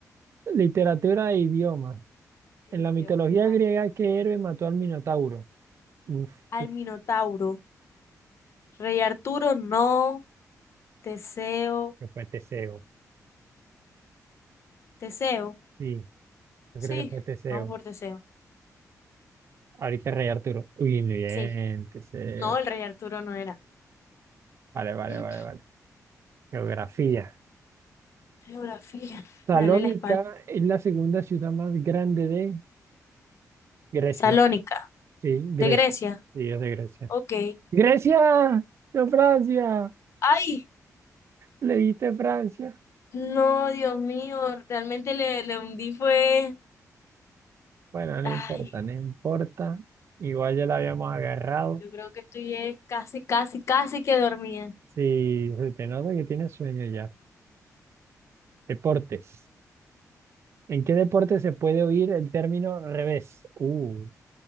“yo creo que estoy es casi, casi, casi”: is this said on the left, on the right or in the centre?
Left